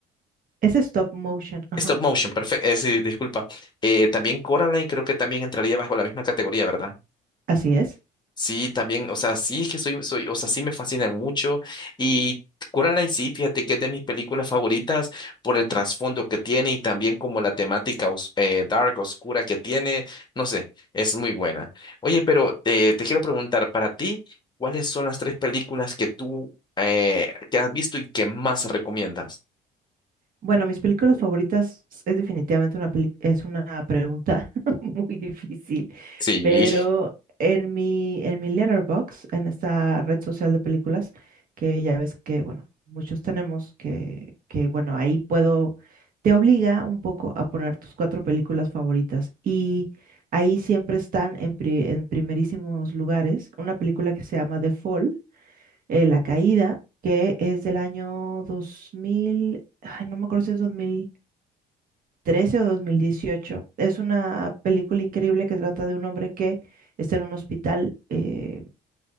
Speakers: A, on the right; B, on the left.
A: Es stop motion, ajá,
B: Stop motion, perfecto, disculpa. Eh, también Coraline creo que también entraría bajo la misma categoría, ¿verdad?
A: así es.
B: Sí, también, o sea, sí es que soy, soy, o sea, sí me fascinan mucho y Coraline sí, fíjate que es de mis películas favoritas por el trasfondo que tiene y también como la temática os- eh, dark, oscura que tiene, no sé, es muy buena. Oye, pero te, te quiero preguntar, para ti, ¿cuáles son las tres películas que tú eh, que has visto y que más recomiendas?
A: Bueno, mis películas favoritas es definitivamente una peli- es una pregunta <laughs> muy difícil,
B: Sí,
A: pero en mi en mi Letterboxd, en esta red social de películas que ya ves que bueno, muchos tenemos que que bueno, ahí puedo te obliga un poco a poner tus cuatro películas favoritas y ahí siempre están en pri- en primerísimos lugares una película que se llama The Fall eh, La Caída, que es del año 2000, ay, no me acuerdo si es dos mil trece o dos mil dieciocho, Es una película increíble que trata de un hombre que está en un hospital eh,